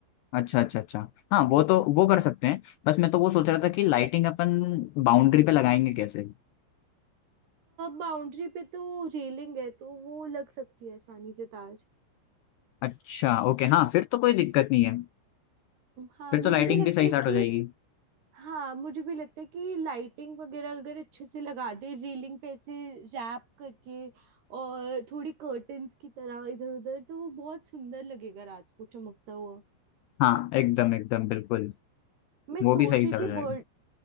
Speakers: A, on the left (about 85°); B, on the right (about 50°).
A: अच्छा अच्छा अच्छा हाँ वो तो वो कर सकते हैं बस मैं तो वो सोच रहा था कि लाइटिंग अपन बाउंड्री पे लगाएंगे कैसे
B: बाउंड्री पे तो रेलिंग है तो वो लग सकती है आसानी से तार
A: अच्छा ओके हाँ फिर तो कोई दिक्कत नहीं है
B: हाँ
A: फिर
B: मुझे
A: तो लाइटिंग
B: भी लगता
A: भी सही
B: है
A: स्टार्ट
B: कि
A: हो जाएगी
B: हाँ मुझे भी लगता है कि लाइटिंग वगैरह अगर अच्छे से लगा दे रेलिंग पे ऐसे रैप करके और थोड़ी कर्टन्स की तरह इधर उधर तो वो बहुत सुंदर लगेगा रात को चमकता हुआ
A: हाँ एकदम एकदम बिल्कुल
B: मैं सोच
A: वो भी सही
B: रही
A: स्टार्ट
B: थी
A: हो जाएगा
B: बर्थ